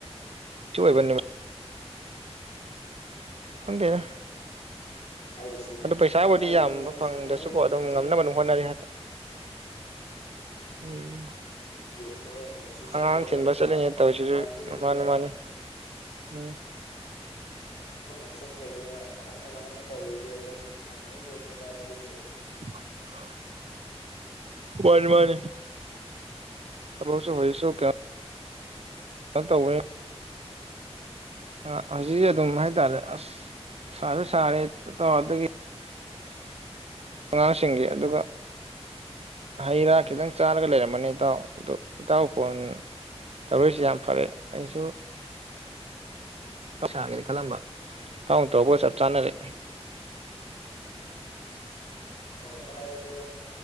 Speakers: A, on the right; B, on the left.
A: ꯅꯨꯃꯤ ꯈꯪꯗꯦꯅꯦ
B: ꯍꯥꯏꯔꯤꯁꯤ
A: ꯑꯗꯨ ꯄꯩꯁꯥꯕꯨꯗꯤ
B: ꯚꯥꯏ ꯑꯗꯨꯅꯦ
A: ꯌꯥꯝꯕ
B: ꯍꯥꯏꯔꯤꯁꯤ
A: ꯐꯪꯗ꯭ꯔꯁꯨꯀꯣ
B: ꯊꯕꯛ ꯅꯨꯡꯁꯨ
A: ꯑꯗꯨꯝ ꯉꯝꯅꯕ
B: ꯆꯠ
A: ꯃꯥꯅꯔꯤ ꯎꯝ
B: ꯊꯕꯛ ꯅꯨꯡꯁꯨ ꯆꯠꯇ꯭ꯔꯕꯅꯤꯅ
A: ꯑꯉꯥꯡ ꯊꯤꯟꯕ ꯆꯠꯂꯤꯉꯩ
B: ꯀꯃꯥꯏ
A: ꯇꯧꯁꯤꯁꯨ
B: ꯀꯃꯥꯏꯅ ꯂꯦꯜꯂꯤꯒꯦ
A: ꯃꯥꯅꯤ ꯃꯥꯅꯤ ꯎꯝ
B: ꯊꯕꯛ ꯑꯃꯨ ꯆꯟꯠꯇꯔꯤꯅ ꯀꯃꯥꯏ ꯀꯃꯥꯏꯅ ꯇꯧꯔꯤꯒꯦꯗꯁꯨꯨꯝ ꯍꯪꯉꯛꯏꯕꯅꯦ ꯚꯥꯏ ꯑꯩꯁꯨ
A: <inaudible> ꯋꯥꯟꯃꯅꯤ ꯊꯃꯁꯨ ꯍꯣꯏꯁꯨ ꯀꯌꯥ ꯅ ꯇꯧꯋ ꯑ ꯍꯧꯖꯤꯛ ꯑꯗꯨꯝ ꯍꯥꯏꯇꯥꯔꯦ ꯑꯁ ꯁꯥꯁꯨ ꯁꯥꯔꯦ ꯇꯧꯔꯗꯒꯤ ꯑꯉꯥꯡꯁꯤꯡꯒꯤ ꯑꯗꯨꯒ ꯍꯩ ꯔꯥ ꯈꯤꯇꯪ ꯆꯥꯔꯒ ꯂꯩꯔꯝꯕꯅꯤ ꯏꯇꯥꯎ ꯑꯗꯨ ꯏꯇꯥꯎ ꯐꯣꯟ ꯇꯧꯔꯛꯏꯁꯤ ꯌꯥꯝ ꯐꯔꯦ ꯑꯩꯁꯨ ꯁꯥꯒꯦꯅ ꯈꯜꯂꯝꯕ ꯏꯇꯥ ꯎꯅ ꯇꯧꯔꯛꯄꯒꯥ ꯆꯞ ꯆꯥꯅꯔꯦ
B: ꯑꯣ ꯚꯥꯏ ꯑꯗꯣ